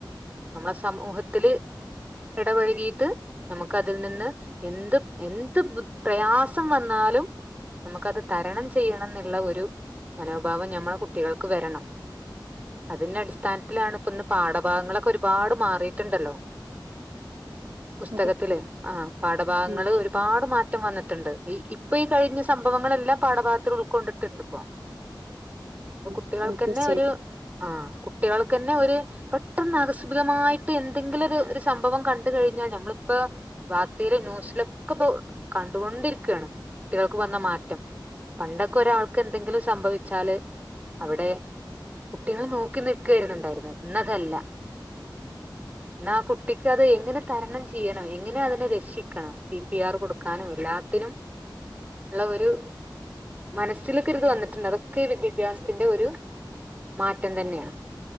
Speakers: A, on the right; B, on the right.
A: നമ്മളെ സമൂഹത്തില് എടപഴകീട്ട് നമുക്ക് അതിൽ നിന്ന് എന്ത് എന്ത് ബു പ്രയാസം വന്നാലും നമുക്കത് തരണം ചെയ്യണം ന്നുള്ള ഒരു മനോഭാവം ഞമ്മളെ കുട്ടികൾക്ക് വരണം അതിന്റെ അടിസ്ഥാനത്തിലാണ് ഇപ്പന്ന് പാഠഭാഗങ്ങളൊക്കെ ഒരുപാട് മാറീട്ടുണ്ടല്ലോ പുസ്തകത്തില്
B: അതെ
A: ആ പാഠഭാഗങ്ങള്
B: ഉം
A: ഒരുപാട് മാ ട്ടം വന്നിട്ടുണ്ട് അയ് ഇപ്പൊ ഈ കഴിഞ്ഞ സംഭവങ്ങളെല്ലാം പാഠഭാഗത്തിൽ ഉൾക്കൊണ്ടിട്ടുണ്ട് പ്പോ പ്പൊ
B: ഉം
A: കുട്ടികൾക്കന്നെ
B: തീർച്ചയായിട്ടും
A: ഒരു ആ കുട്ടികൾക്ക് തന്നെ ഒരു പെട്ടെന്ന് ആകസ്മികമായിട്ട് എന്തെങ്കിലും ഒരു ഒരു സംഭവം കണ്ടുക്കഴിഞ്ഞാൽ ഞമ്മളിപ്പ വാർത്തയില് ന്യൂസിലൊക്കിപ്പോ കണ്ടുകൊണ്ടിരിക്കാണ് കുട്ടികൾക്ക് വന്ന മാറ്റം. പണ്ടൊക്കെ ഒരാൾക്ക് എന്തെങ്കിലും സംഭവിച്ചാല് അവിടെ കുട്ടികൾ നോക്കി നിൽക്കേന്ന് ഇണ്ടായിരുന്നത്. ഇന്നതല്ല ഇന്ന് ആ കുട്ടിക്ക് അത് എങ്ങനെ തരണം ചെയ്യണം എങ്ങനെ അതിനെ രക്ഷിക്കണം സി പി ആർ കൊടു ക്കാനും എല്ലാത്തിനും ഇള്ള ഒരു മനസ്സിലെക്കൊരിത് വന്നിട്ടുണ്ട്. അതൊക്കെ ഈ വിദ്യാഭ്യാസത്തിന്റെ ഒരു മാറ്റം തന്നെയാണ്.